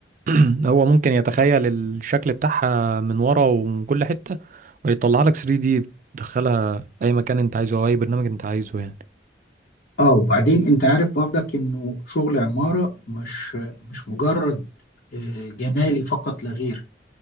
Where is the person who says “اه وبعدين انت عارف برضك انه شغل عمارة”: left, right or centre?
Left